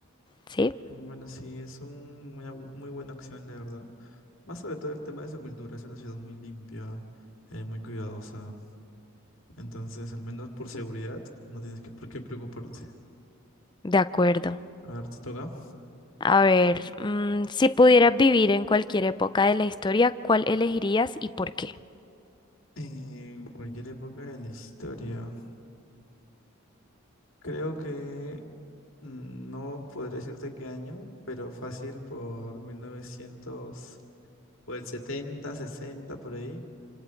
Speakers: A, on the left; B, on the left.
A: ¿Sí?
B: Mm, Bueno, sí, es un, muy, bu- muy buena opción, la verdad. Más sobre todo el tema de su cultura, es una ciudad muy limpia, eh, muy cuidadosa. Entonces, al menos por seguridad, no tienes que por qué preocuparte.
A: De acuerdo.
B: A ver, te toca.
A: A ver, mm, si pudieras vivir en cualquier época de la historia, ¿cuál elegirías y por qué?
B: En cualquier época de la historia. Creo que mm, no podré decirte qué año, pero fácil por 1900, por el 70, 60, por ahí.